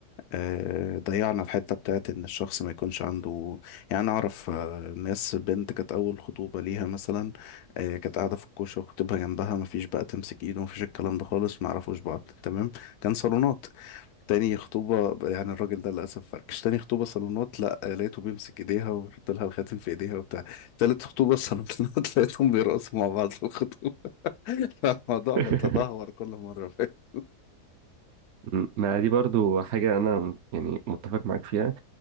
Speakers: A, on the left; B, on the right.
A: آه، ضيعنا الحتة بتاعت إن الشخص ما يكونش عنده يعني أنا أعرف آه، ناس بنت كانت أول خطوبة ليها مثلا آه، كانت قاعدة في الكوشة وخطيبها جنبها ما فيش بقى تمسك إيده ما فيش الكلام ده خالص ما يعرفوش بعض تمام كان صالونات تاني خطوبة يعني الراجل ده للأسف فركش تاني خطوبة صالونات لا آه، لقيته بيمسك إيديها ويحط لها الخاتم في إيديها وبتاع تالت خطوبة صالونات <laughs> لقيتهم بيرقصوا مع بعض في الخطوبة <laughs> فالموضوع
B: <laughs>
A: بيتدهور كل مرة <laughs>
B: مم. ما دي برضو حاجه انا يعني متفق معاك فيها